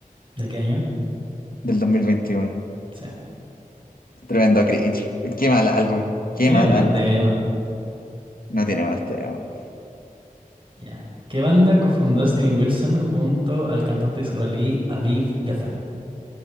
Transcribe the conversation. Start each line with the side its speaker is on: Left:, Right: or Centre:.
Right: ¿De qué año?
Left: del dos mil veintiuno
Right: Sí.
Left: Tremendo cringe. Qué mal álbum. Qué
Right: Tiene
Left: mal
Right: buenos
Left: álbum.
Right: temas.
Left: No tiene buenos temas.
Right: Ya. ¿Qué banda cofundó Steven Wilson junto al cantante israelí Aviv Geffen?